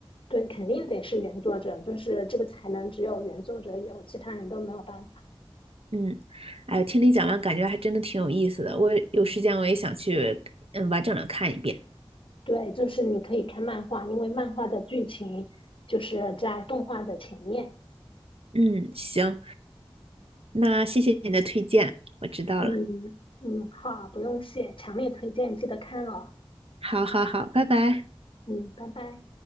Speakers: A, on the left; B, on the right.
A: 对，肯定得是原作者，就是这个才能只有原作者有，其他人都没有办法。
B: 嗯，哎，听你讲完，感觉还真的挺有意思的。我有时间我也想去，嗯，完整的看一遍。
A: 对，就是你可以看漫画，因为漫画的剧情就是在动画的前面。
B: 嗯，行，那谢谢你的推荐，我知道了。
A: 嗯嗯，好，不用谢，强烈推荐，记得看哦。
B: 好好好，拜拜。
A: 嗯，拜拜。